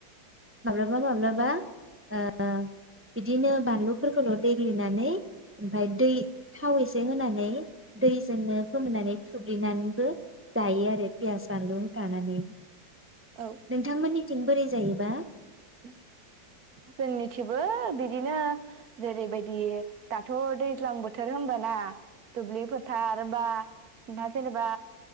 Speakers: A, on the right (about 20°); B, on the right (about 55°).
A: माब्लाबा माब्लाबा ओ बिदिनो बानलुफोरखौल' देग्लिनानै ओमफ्राय दै थाव एसे होनानै नै दैजोंनो फोमोननानै थुुग्लिनानैबो जायो आरो पियास बानलु होबथानानै
B: औ
A: नोंथांमोननि थिं बोरै जायोबा?
B: <inaudible> जोंनिथिबो बिदिनो जेरैबायदि दाथ' दैज्लां बोथोर होमबाना दुब्लि फोथार बा दा जेनेबा